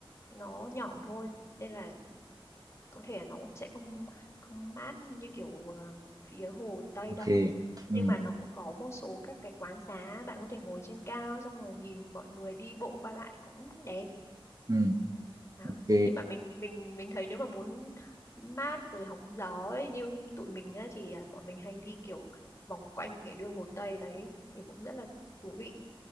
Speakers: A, on the left (about 30°); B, on the right (about 40°).
A: nó nhỏ thôi nên là có thể là nó cũng sẽ không không mát như kiểu ờ, phía Hồ Tây
B: ok
A: đâu nhưng
B: ừ
A: mà nó cũng có một số các cái quán xá bạn có thể ngồi trên cao xong rồi nhìn mọi người đi bộ qua lại cũng đẹp
B: ừ
A: đó
B: ok
A: nhưng mà mình mình mình thấy nếu mà muốn mát rồi hóng gió ấy, như tụi mình á, thì à, bọn mình hay đi kiểu vòng quanh cái đường Hồ Tây đấy thì cũng rất là thú vị